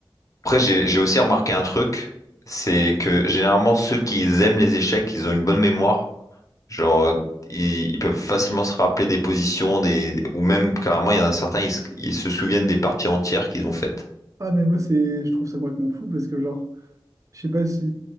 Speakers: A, on the left; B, on the right.
A: Après, j'ai, j'ai aussi remarqué un truc, c'est que généralement, ceux qui aiment les échecs, ils ont une bonne mémoire. Genre, euh, ils, ils peuvent facilement se rappeler des positions, des... ou même carrément, il y en a certains, ils, se ils se souviennent des parties entières qu'ils ont faites.
B: Ah mais moi c'est je trouve ça complètement fou parce que genre je sais pas si